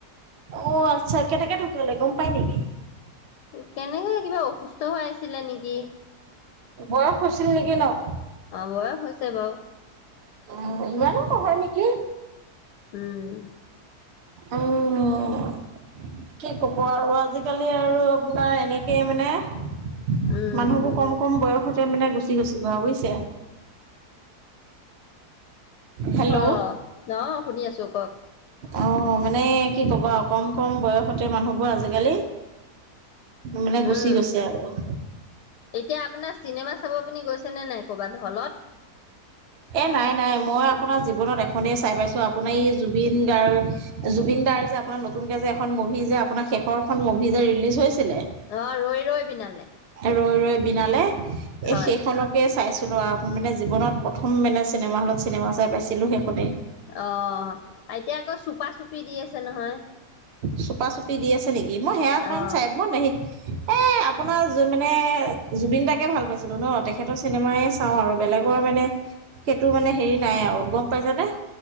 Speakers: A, on the right; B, on the left.
A: অ', আচ্ছা, কেনেকে ঢুকালে গম পাই নেকি?
B: কেনেকে কিবা অসুস্থ হৈ আছিলে নেকি।
A: বয়স হৈছিল নেকি, ন'?
B: অ', বয়স হৈছে বাৰু।
A: অ', ইমানো নহয় নেকি।
B: উম।
A: উম। কি ক'ব আৰু, আজিকালি আৰু আপোনাৰ এনেকেই মানে মানুহবোৰ
B: উম
A: কম, কম বয়সতে মানে গুচি গৈছে আৰু বুজিছে। হেল্ল'
B: অ অ শুনি আছো কওক
A: অ', মানে কি ক'ব আৰু, কম কম বয়সতে মানুহবোৰ আজিকালি মানে গুচি
B: উম।
A: গৈছে আৰু।
B: এতিয়া আপোনাৰ চিনেমা চাব আপুনি গৈছে নে নাই, কৰ'বাত হলত?
A: এ নাই নাই, মই আপোনাৰ জীৱনত এখনেই চাই পাইছোঁ, আপোনাৰ এই জুবিন গাৰ্গ জুবিন দাৰ যে, আপোনাৰ নতুনকে যে এখন মুভি যে আপোনাৰ শেষৰ খন মুভি যে ৰিলিজ হৈছিলে
B: অ', ৰৈ ৰৈ বিনালে।
A: ৰৈ ৰৈ বিনালে, এই
B: হয়
A: সেইখনক সেয়া চাইছিলো আৰু, মানে জীৱনত প্ৰথম মানে চিনেমা হলত চিনেমা চাই পাইছিলোঁ সেইখনেই।
B: অ', এতিয়া আকৌ চুপা-চুপি দি আছে নহয়।
A: চুপা-চুপি দি আছে নেকি, মই সেয়া এখন
B: অ
A: চাই পোৱা নাই,
B: <inaudible>
A: মই এ আপোনাৰ জু মানে, জুবিন দাকে ভাল পাইছিলোঁ ন', তেখেতৰ চিনেমাই চাওঁ আৰু বেলেগৰ মানে সেইটো মানে হেৰি নাই আৰু, গম পাইছে নে?